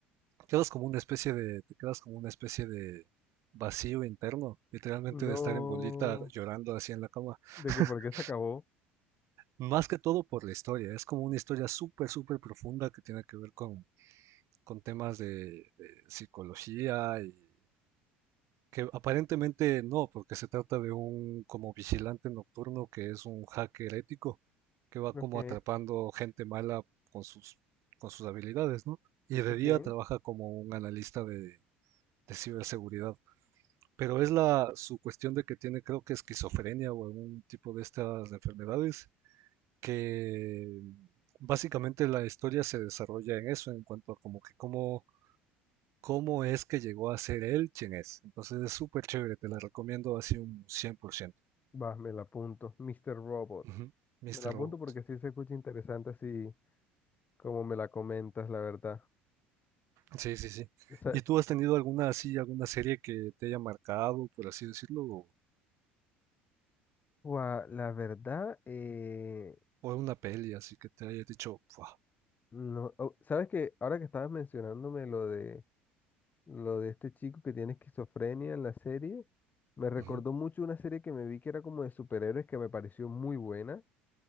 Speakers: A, on the right (about 55°); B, on the left (about 30°).
A: quedas como una especie de, te quedas como una especie de vacío interno, literalmente
B: No.
A: de estar en bolita llorando así en la cama.
B: De
A: <laughs>
B: que por qué se acabó.
A: Más que todo por la historia, es como una historia súper, súper profunda que tiene que ver con, con temas de, de psicología y Que aparentemente no, porque se trata de un como vigilante nocturno que es un hacker ético que va
B: Ok,
A: como atrapando gente mala con sus, con sus habilidades, ¿no? Y de
B: ok.
A: día trabaja como un analista de, de ciberseguridad. Pero es la su cuestión de que tiene, creo que esquizofrenia o algún tipo de estas enfermedades, que básicamente la historia se desarrolla en eso, en cuanto a como que cómo cómo es que llegó a ser él quien es. Entonces es súper chévere, te la recomiendo así un 100%.
B: Va, me la apunto. Mister Robot.
A: Ujú, Mr.
B: Me la apunto
A: Robot.
B: porque sí se escucha interesante así como me la comentas, la verdad.
A: Sí, sí, sí.
B: Esa-
A: ¿Y tú has tenido alguna así, alguna serie que te haya marcado, por así decirlo, o,
B: Guau, la verdad, eh,
A: o una peli así que te haya dicho, "Fua,
B: no, oh, sabes que ahora que estabas mencionándome lo de lo de este chico que tiene esquizofrenia en la serie, me recordó
A: ujú,
B: mucho una serie que me vi que era como de superhéroes que me pareció muy buena.